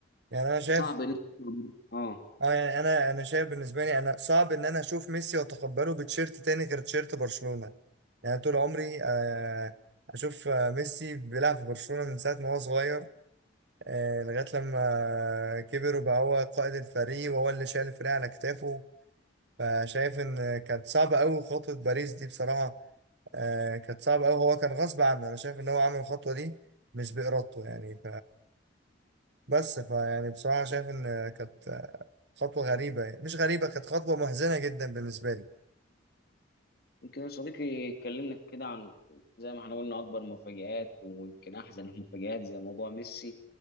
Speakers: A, on the right (about 60°); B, on the left (about 55°).
A: يعني أنا شايف
B: صعب ان أنت- اه
A: اه يعني انا انا شايف بالنسبه لي انا صعب ان انا اشوف ميسي واتقبله بتشيرت تاني غير تشيرت برشلونه يعني طول عمري آه، اشوف آه، ميسي بيلعب في برشلونه من ساعه ما هو صغير آه، لغايه لما آه، كبر وبقى هو قائد الفريق وهو اللي شايل الفريق على كتافه فشايف ان كانت صعبه قوي خطوه باريس دي بصراحه آه، كانت صعبه قوي هو كان غصب عنه انا شايف ان هو عمل الخطوه دي مش بإرادته يعني بس فيعني بصراحة شايف إن كانت خطوة غريبة يعني مش غريبة كانت خطوة محزنة جدا بالنسبة لي
B: يمكن يا صديقي اتكلمنا كده عن زي ما احنا قلنا اكبر مفاجآت ويمكن احزن المفاجآت زي موضوع ميسي